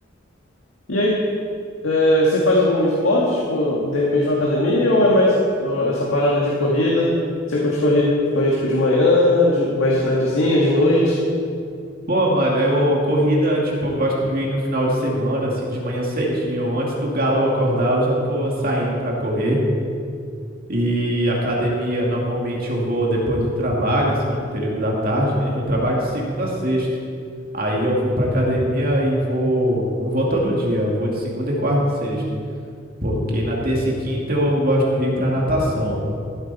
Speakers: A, on the left (about 85°); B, on the right (about 50°).
A: E aí, É, você faz algum esporte, tipo, de repente uma academia, ou é mais ó, essa parada de corrida? Você curte correr, correr tipo, de manhã, de- mais de tardezinha, de noite?
B: Pô, mano, eu corrida, tipo, eu gosto de ir no final de semana, assim, de manhã cedinho, antes do galo acordar, eu já tô saindo pra correr. E academia, normalmente eu vou depois do trabalho, assim, no período da tarde, né? Eu trabalho de segunda a sexta. Aí eu vou pra academia e vou. Não vou todo dia, eu vou de segunda e quarta e sexta. Porque
A: Uhum,
B: na terça e quinta eu gosto de ir pra natação.